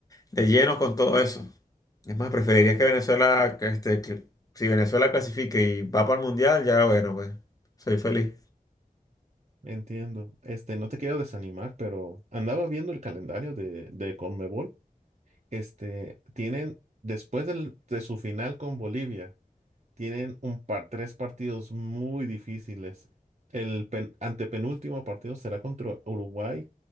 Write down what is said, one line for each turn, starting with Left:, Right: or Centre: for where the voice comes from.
Left: de lleno con todo eso. Es más, preferiría que Venezuela, que este, que- si Venezuela clasifique y va para el mundial, ya bueno, pues, soy feliz.
Right: entiendo. Este, no te quiero desanimar, pero andaba viendo el calendario de, de Conmebol. Este, tienen después del- de su final con Bolivia. Tienen un par, tres partidos muy difíciles. El pen- antepenúltimo partido será contra Uruguay